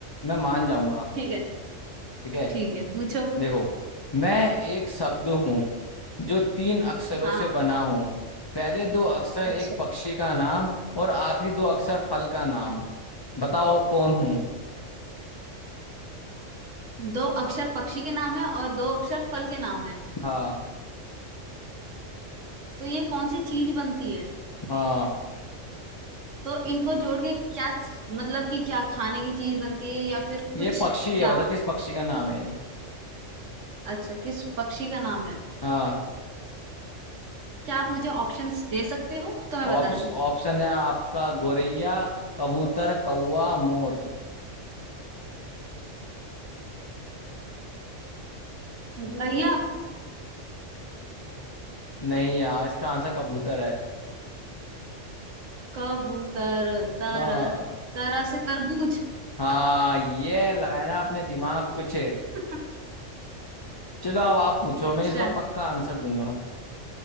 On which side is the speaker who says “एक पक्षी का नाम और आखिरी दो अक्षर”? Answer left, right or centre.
Left